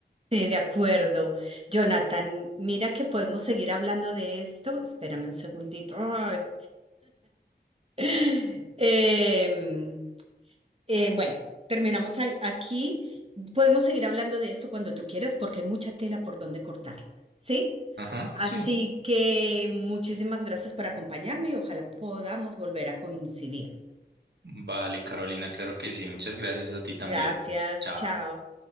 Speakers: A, on the right; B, on the right.
A: Sí, de acuerdo. Jonathan, mira que podemos seguir hablando de esto. Espérame un segundito. Ay. <laughs> Em, eh, bueno, terminamos a- aquí. Podemos seguir hablando de esto cuando tú quieras porque hay mucha tela por donde cortar, ¿sí?
B: Ajá,
A: Así
B: sí.
A: que muchísimas gracias por acompañarme y ojalá podamos volver a coincidir.
B: Vale, Carolina, claro que sí. Muchas gracias a ti
A: Gracias,
B: también. Chao.
A: chao.